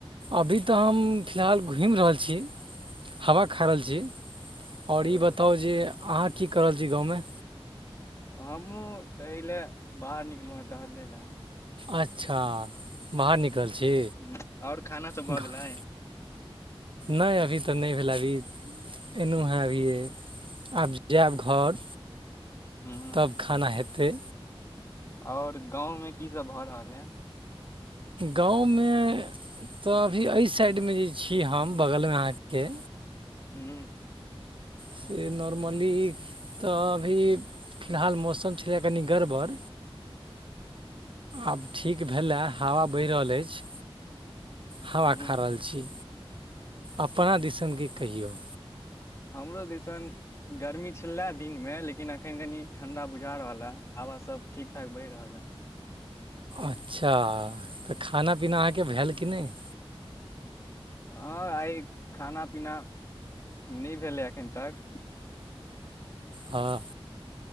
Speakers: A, on the right; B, on the left.
A: अभी तऽ हम फिलहाल घुमि रहल छी। हवा खा रहल छी, और
B: ओ
A: ई बताऊं जे अहाँ की कऽ रहल छी गाँवमे।
B: हमहुं टहय ले बाहर निकलहुँ हे टहलय ले।
A: अच्छा, बाहर निक ल छी।
B: हूॅं, और खाना सब
A: घ-
B: भऽ गेलै।
A: नहि अभी तऽ नहि भेलै अभी ऐनों हे अभीये, आब जायब घर।
B: ह
A: तब खाना हेतै।
B: और गाँंव में की सब भए रहल है।
A: गाँवमे तऽ अभी एहि साइड मे जे छी, हम बगलमे अहाँके
B: हूं
A: से नॉर्मली तऽ अभी फिलहाल मौसम छलै कनि गड़बड़ आब ठीक भेले, हवा बहि रहल अछि। हवा
B: ह
A: खा रहल छी, अपना दिसन कि कहियौ।
B: हमरो दिसन गर्मी छलए दिन में, लेकिन एखन कनि ठण्ढा बुझा रहल हए हवासभ ठीक- ठाक बहि रहल हए।
A: अच्छा तऽ खाना पीना अहाँके भेल कि नैह।
B: हँ आइ खाना -पीना नै भेलै एखन तक।
A: हा।